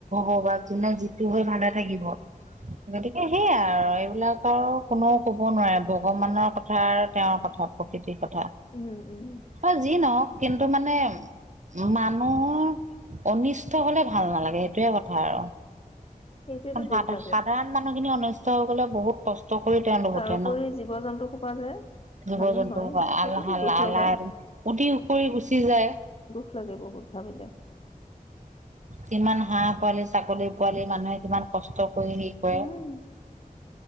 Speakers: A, on the right (about 55°); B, on the left (about 40°).
A: হব বা যোনে যিটো হৈ ভালে থাকিব গতিকে সেইয়াই আৰু এইবিলাক আৰু কোনেও কব নোৱাৰে ভগৱানৰ কথা আৰু তেওঁৰ কথা প্ৰকৃতিৰ কথা,
B: উম উম
A: হয় যি নহওক কিন্তু মানে মান নুহৰ অনিষ্ট হলে ভাল নালাগে, সেইটোয়ে কথা আৰু
B: সেইটোৱেতো
A: সাধ
B: দুখ লাগে
A: সাধাৰণ মানুহখিনি অনিষ্ট হৈ গলে বহুত কষ্ট কৰি তেওঁলোক
B: তাৰোপৰি
A: উঠে ন।
B: জীৱ জন্তু শোপা যে
A: জীৱ
B: হানি
A: জন্তু
B: হয়
A: হুপা আলাল
B: সেইটোতো দুখ
A: আলাই
B: লগা
A: উতি উপৰি গুচি যায়।
B: দুখ লাগে বহুত ভাবিলে।
A: যিমান হাঁহ পোৱালি ছাগলী পোৱালি মানুহে কিমান কষ্ট কৰি হেই কৰে
B: উম